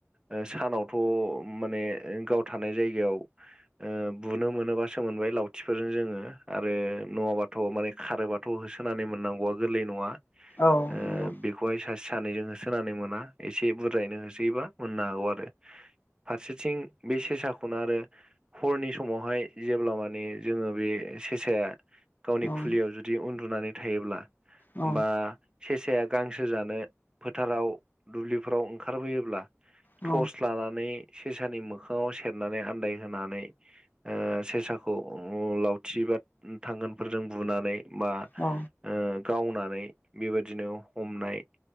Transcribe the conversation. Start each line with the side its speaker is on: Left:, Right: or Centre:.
Right: ओ सानावथ' माने ओ गाव थानाय जायगायाव ओ बुनो मोनोबासो मोनबाय लाव थिफोरजों जोङो आरो नङाबाथ' माने खारोबाथ' होसोनानै मोननांगौआ गोरलै नङा।
Left: औ
Right: ओ
Left: नंगौ
Right: बे खौहाय सासे सानैजों होसोनानै मोना एसे बुरजायैनो होसोयोबा मोननो हागौ आरो। फारसेथिं बे सेसाखौनो आरो हरनि समावहाय जेब्ला माने जोङो बे सेसाया गावनि
Left: औ
Right: खुलियाव जुदि उन्दुनानै थायोब्ला
Left: औ
Right: बा सेसाया गांसो जानो फोथाराव दुब्लिफ्राव ओंखारबोयोब्ला
Left: औ
Right: थर्स लानानै सेसानि मोखाङाव सेरनानै आन्दायहोनानै ओ सेसाखौ अ लावथि बा थांगोनफोरजों बुनानै बा
Left: अ।
Right: ओ गावनानै बेबायदिनो हमनाय